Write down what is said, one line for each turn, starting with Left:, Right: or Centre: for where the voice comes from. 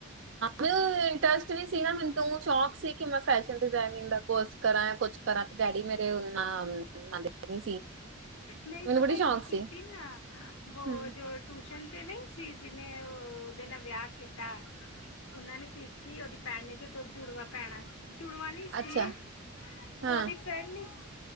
Right: ਹੁੰ, ਇੰਟਰਸਟ ਵੀ ਸੀ ਨਾ ਮੈਨੂੰ ਤੋਂ ਸ਼ੌਕ ਸੀ ਕਿ ਮੈਂ ਫੈਸ਼ਨ ਡਿਜ਼ਾਇਨਿੰਗ ਦਾ ਕੋਰਸ ਕਰਾਂ, ਕੁਛ ਕਰਾਂ ਤੇ ਡੈਡੀ ਨੇ ਤੇ ਉਹਨੂ ਨਾਮ <unintelligible> ਨੀ ਸੀ।
Left: ਨਈ
Right: ਮੈਨੂੰ
Left: ਪਤਾ
Right: ਬੜੀ ਸ਼ੌਕ
Left: ਇੰਨੇ ਕੀਤੀ
Right: ਸੀ
Left: ਨਾ
Right: ਹੂੰ
Left: ਵੋ ਜੋ ਟੂਸ਼ਨ ਚ ਨਈ ਸੀ, ਜਿੰਨੇ ਅ ਓਦੇ ਨਾਲ ਵਿਯਾ ਕੀਤਾ ਓਨਾਂ ਨੇ ਕੀਤੀ ਓਦੀ ਭੈਣ ਨੇ ਜੋ ਦੋਂ ਜੁੜਵਾ ਭੈਣਾ ਸ ਜੁੜਵਾ ਨੀ ਸੀ,
Right: ਅੱਛਾ
Left: ਓਹਦੀ
Right: ਹਾਂ
Left: ਫਰੈਂਡ ਨੀ ਸ